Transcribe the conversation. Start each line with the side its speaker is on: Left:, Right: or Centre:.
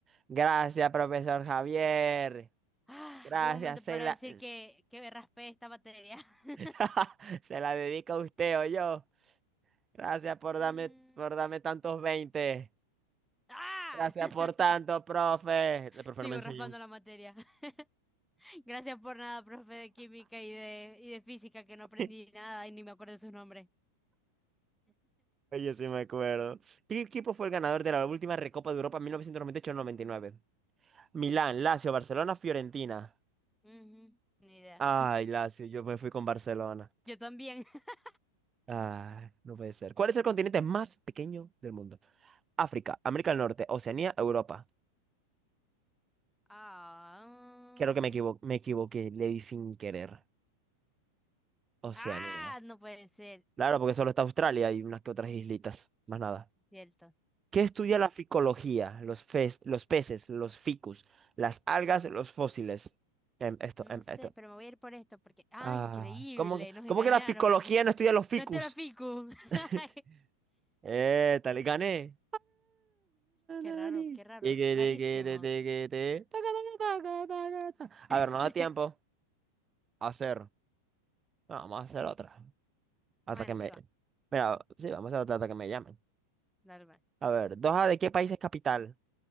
Right: Gracias, profesor Javier.
Centre: Ah,
Right: Gracias,
Centre: buen momento
Right: se
Centre: para
Right: la,
Centre: decir que, que me raspé esta materia. <laughs>
Right: <laughs> se la dedico a usted o yo. Gracias por darme,
Centre: Mm,
Right: por darme tantos 20.
Centre: ¡Ah!
Right: Gracias
Centre: <laughs>
Right: por tanto, profe. El profe
Centre: Sigo
Right: no me enseñó
Centre: raspando
Right: un...
Centre: la materia. <laughs> Gracias por nada, profe de química y de, y de física, que
Right: <laughs>
Centre: no aprendí nada y ni me acuerdo de sus nombres.
Right: Oye, sí me acuerdo. ¿Qué equipo fue el ganador de la última Recopa de Europa en mil novecientos noventa noventa y ocho noventa y nueve? Milán, Lazio, Barcelona, Fiorentina.
Centre: Ujú, Ni idea.
Right: Ay, Lazio, yo me fui con Barcelona.
Centre: Yo también. <laughs>
Right: Ay, no puede ser. ¿Cuál es el continente más pequeño del mundo? África, América del Norte, Oceanía, Europa.
Centre: Ah,
Right: Creo que me equivo- me equivoqué, le di sin querer. Oceanía.
Centre: ah, no puede ser,
Right: Claro, porque solo está Australia y unas que otras islitas. Más nada.
Centre: cierto.
Right: ¿Qué estudia la ficología? Los, fes- los peces, los ficus, las algas, los fósiles. Em, esto,
Centre: No
Right: em,
Centre: sé,
Right: esto.
Centre: pero me voy a ir por esto porque, ah,
Right: Ah,
Centre: increíble,
Right: ¿cómo que,
Centre: nos engañaron.
Right: cómo que la ficología
Centre: <laughs>
Right: no estudia los ficus?
Centre: No te la fico. <laughs>
Right: <laughs> Eh, tal, gané.
Centre: Qué
Right: Tiqui,
Centre: raro, qué raro, rarísimo.
Right: tiqui, ti, tiqui, ti. Taca, taca, taca, taca, taca.
Centre: <laughs>
Right: A ver, no da tiempo a hacer. no, vamos a hacer otra. Hasta
Centre: Bueno,
Right: que me.
Centre: sí va,
Right: Mira, sí, vamos a hacer otra hasta que me llamen.
Centre: dale, va.
Right: A ver, Doha, ¿de qué país es capital?